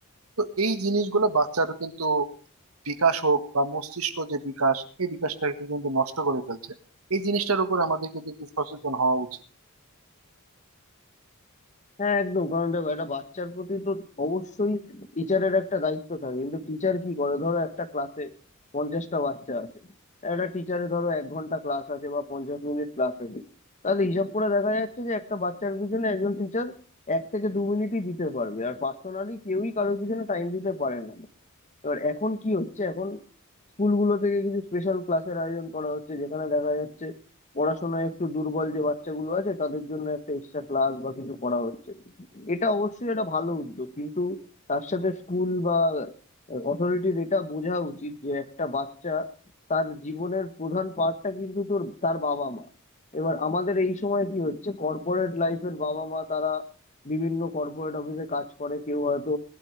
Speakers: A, on the right; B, on the left.
A: তো এই জিনিসগুলো বাচ্চার কিন্তু বিকাশ হোক বা মস্তিষ্ক যে বিকাশ এই বিকাশটাকে কিন্তু নষ্ট করে ফেলছে এই জিনিসটার উপর আমাদের কিন্তু একটু সচেতন হওয়া উচিত
B: হ্যাঁ একদম কারণ দেখো একটা বাচ্চার প্রতি তো অবশ্যই টিচারের একটা দায়িত্ব থাকে কিন্তু টিচার কি করে ধরো একটা ক্লাসে পঞ্চাশটা বাচ্চা আছে একটা টিচারে ধরো এক ঘন্টা ক্লাস আছে বা পঞ্চাশ মিনিট ক্লাস আছে তাহলে হিসাব করে দেখা যাচ্ছে যে একটা বাচ্চার পিছনে একজন টিচার এক থেকে দু মিনিটই দিতে পারবে আর পার্সোনালি কেউই কারোর পিছনে টাইম দিতে পারে না এবার এখন কি হচ্ছে এখন স্কুলগুলো থেকে কিছু স্পেশাল ক্লাসের আয়োজন করা হচ্ছে যেখানে দেখা যাচ্ছে পড়াশোনায় একটু দুর্বল যে বাচ্চাগুলো আছে তাদের জন্য একটা এক্সট্রা ক্লাস বা কিছু করা হচ্ছে এটা অবশ্যই একটা ভালো উদ্যোগ কিন্তু তার সাথে স্কুল বা অথরিটির এটা বোঝা উচিত যে একটা বাচ্চা তার জীবনের প্রধান পার্টটা কিন্তু তোর তার বাবা মা এবার আমাদের এই সময় কি হচ্ছে কর্পোরেট লাইফের বাবা মা তারা বিভিন্ন কর্পোরেট অফিসে কাজ করে কেউ হয়তো